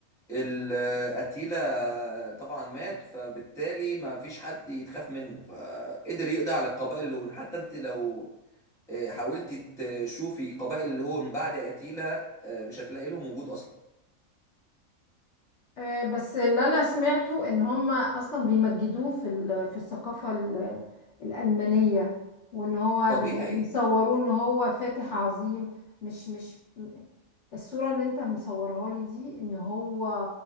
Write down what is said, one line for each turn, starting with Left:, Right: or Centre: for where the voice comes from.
Centre: الأتيلا طبعا مات فبالتالي ما فيش حد يتخاف منه فقدر يقضي على القبائل اللي هون. حتى انت لو آه، حاولتي تشوفي قبائل اللي هو من بعد أتيلا آه، مش هتلاقي لهم وجود أصلا
Left: آه، بس اللي انا سمعته ان هم اصلا بيمجدوه في ال- في الثقافة ال- الألمانية وان هو يعني
Centre: طبيعي
Left: بيصوروه ان هو فاتح عظيم مش مش الصورة اللي انت مصورها لي دي ان هو